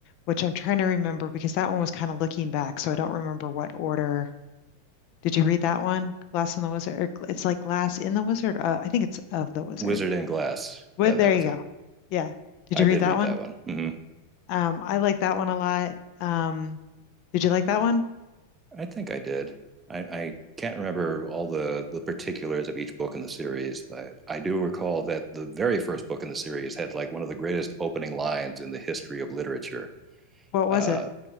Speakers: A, on the left; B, on the right.
A: which I'm trying to remember because that one was kind of looking back, so I don't remember what order. Did you read that one? Glass and the Wizard, or gl- it's like Glass in the Wizard. Uh, I think it's of the Wizard.
B: Wizard in Glass.
A: Well,
B: Yeah,
A: there
B: that was
A: you
B: it.
A: go. Yeah. Did
B: I
A: you
B: did
A: read that
B: read
A: one?
B: that one. hmm
A: Um, I like that one a lot. Um, did you like that one?
B: I think I did. I, I can't remember all the the particulars of each book in the series. I, I do recall that the very first book in the series had like one of the greatest opening lines in the history of literature.
A: What was
B: Uh,
A: it?